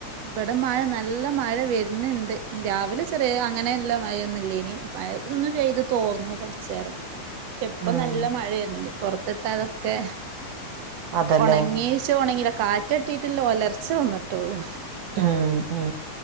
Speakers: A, on the right; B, on the right.
A: ഇവിടെ മഴ നല്ല മഴ വര്ണ്ണ്ട് രാവിലെ ചെറിയ അങ്ങനെയല്ല മഴൊ ന്നില്ലെനു <unintelligible> പെയ്ത് തോർന്നു കൊർച്ചേരം ക്ഷെ ഇപ്പം
B: ഉം
A: നല്ല മഴ വെര്ണ് ണ്ട് പൊറത്തിട്ടതൊക്കെ
B: അതല്ലേ
A: ഒണങ്ങിച്ച ഒണങ്ങില്ല കാറ്റട്ടിട്ടുള്ള ഒലർച്ച വന്നിട്ടുള്ളൂ
B: ആ ആ